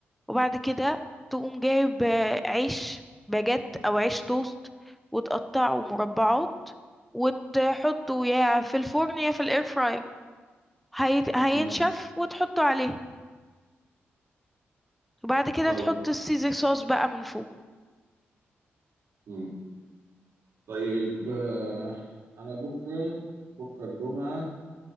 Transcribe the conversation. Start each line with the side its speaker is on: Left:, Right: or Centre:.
Centre: وبعد كده تقوم جايب آه، عيش باجيت أو عيش توست وتقطعه مربعات وتحطه يا في الفرن يا في الاير فراير هيت... هينشف
Right: مم.
Centre: وتحطه عليه وبعد كده
Right: طيب
Centre: تحط السيزر صوص بقى من فوق
Right: مم. طيب آه، انا بكره بكره الجمعه